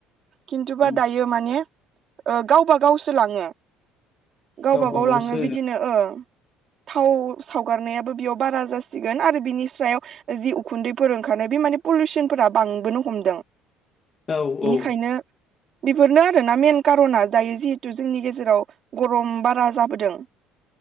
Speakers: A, on the right; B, on the left.
A: खिन्थुबा
B: उम
A: दायो माने गावबा गावसो लाङो गावबागाव
B: गावबा गावसो
A: लाङो बिदिनो ओ थाव सावगारनायाबो बेयाव बारा जासिगोन आरो बिनि सायाव जि उखुन्दैफोर ओंखारनाय बे माने पलिउसनफोरा बांबोनो हमदों।
B: औ औ
A: खायनो बिफोरनो मेन कारना जायो जिहेथु जोंनि गेजेराव गरम बारा जाबोदों।